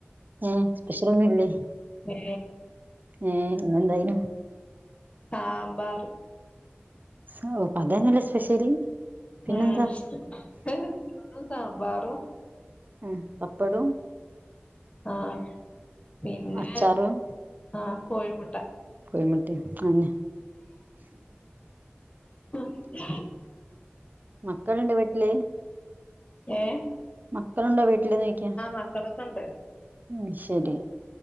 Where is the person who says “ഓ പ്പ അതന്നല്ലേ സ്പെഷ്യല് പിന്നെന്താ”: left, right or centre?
Right